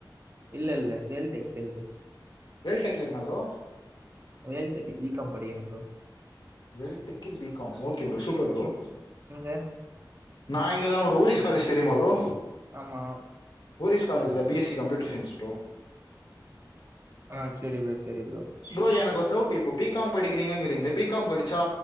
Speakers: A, on the right; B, on the left.
A: இல்லல்ல வேல்டெக் வேல்டெக்
B: வேல்டெக்ல என்ன ப்ரோ
A: வேல்டெக்கு பி காம் படிக்கிற ப்ரோ
B: வேல் டெக்கில் B com okay bro super bro
A: நீங்க
B: நா இங்கதா ஒரு ஓரிஸ் காலேஜ் தெரியுமா ப்ரோ?
A: ஆமா
B: ஓரிஸ் காலேஜ்ல B S C computer science bro
A: ஆ சேரி ப்ரோ சேரி ப்ரோ
B: ப்ரோ எனக்கு ஒரு டவுட் இப்போ பி காம் படிக்கிறீங்களே பி காம் படிச்சா